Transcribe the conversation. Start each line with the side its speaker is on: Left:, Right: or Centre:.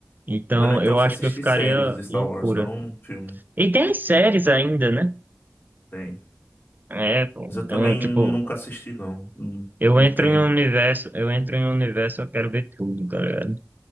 Right: Então
Left: Melhor então
Right: eu
Left: você
Right: acho
Left: assistir
Right: que eu ficaria
Left: séries de Star
Right: loucura.
Left: Wars, não um filme.
Right: E tem as séries ainda, né?
Left: Tem.
Right: É, pô,
Left: Mas eu
Right: então,
Left: também
Right: tipo,
Left: nunca assisti, não. Não,
Right: eu
Left: não
Right: entro
Left: tenho.
Right: em um universo, eu entro em um universo, eu quero ver tudo, cara.